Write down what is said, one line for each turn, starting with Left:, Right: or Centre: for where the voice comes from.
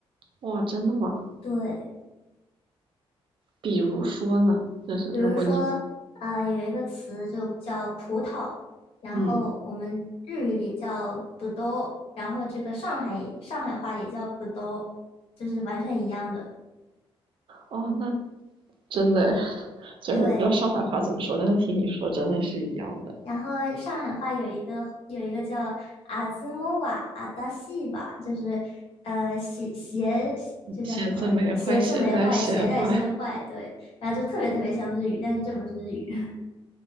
Right: 哇，真的吗？
Left: 对。
Right: 比如说呢，就是如果你
Left: 比如说，呃，有一个词就叫葡萄，然后我们日语里叫ぶどう，
Right: 嗯。
Left: 然后这个上海上海话也叫ぶどう，就是完全一样的。
Right: 哦，那真的，虽然我不知道上海话怎么说，
Left: 对，
Right: 但是听你说真的是一样的。
Left: 然后上海话有一个有一个叫阿兹莫瓦阿达西吧，就是呃鞋鞋这叫什么？
Right: 鞋子没坏，
Left: 鞋子没坏，
Right: 鞋带先坏。
Left: 鞋带先坏。对，然后就特别特别像日语，但是这不是日语。<laughs>